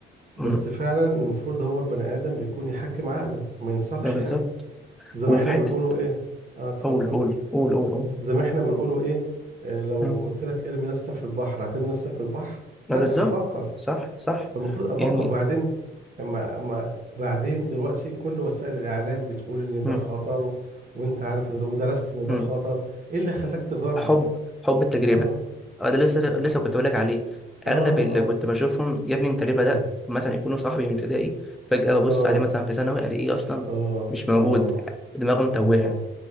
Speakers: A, in the centre; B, on the right.
A: مم.
B: بس فعلا المفروض هو البني آدم بيكون يحكم عقله ما ينساقش
A: ما بالظبط
B: يعني زي
A: وفي
B: ما احنا
A: حتة
B: بنقوله ايه اه اتفضل
A: قول قول قول قول قول
B: زي ما احنا بنقوله ايه آه لو
A: مم.
B: قلت لك ارمي نفسك في البحر هترمي نفسك في البحر
A: ما
B: لا
A: بالظبط
B: بفكر
A: صح صح
B: فالمفروض افكر
A: يعني
B: وبعدين اما اما بعدين دلوقتي كل وسائل الاعلام بتقول ان
A: مم.
B: ده خطر و... وانت عارف ان ده ودرست ان ده
A: مم.
B: خطر ايه اللي خلاك تجرب
A: حب حب التجربة
B: اه
A: اه ده لسه لسه
B: اه
A: كنت بقولك عليه أغلب
B: اه
A: اللي
B: اه
A: كنت بشوفهم يا ابني أنت ليه بدأت
B: مم.
A: مثلا يكونوا صاحبي من ابتدائي فجأة ببص
B: اه
A: عليه مثلا في ثانوي ألاقيه إيه أصلا
B: اه
A: مش موجود
B: اه
A: دماغه متوهة
B: اه